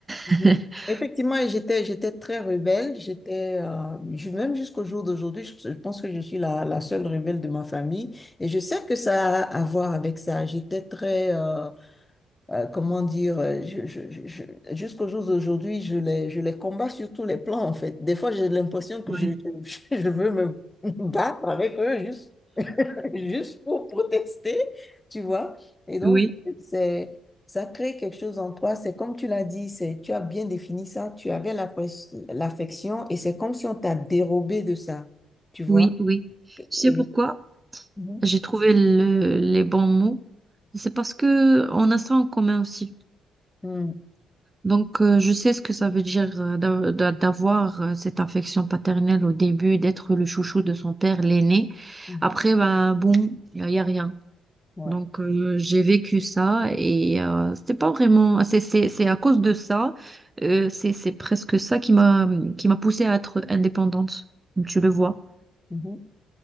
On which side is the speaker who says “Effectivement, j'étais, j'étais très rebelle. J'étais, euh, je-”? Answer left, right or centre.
Left